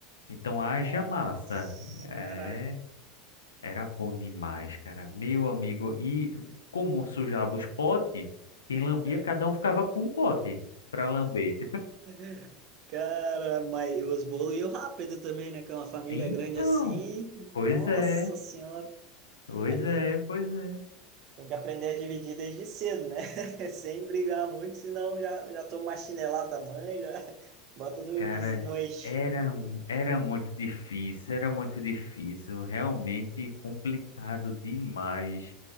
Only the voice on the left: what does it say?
Então haja
massa. É,
era bom demais, cara. Meu amigo, e como sujava os potes, quem lambia,
cada um ficava com um pote para lamber.
Então,
pois
é,
pois
é, pois é.
Cara,
era, mu- era muito difícil, era muito difícil, realmente complicado demais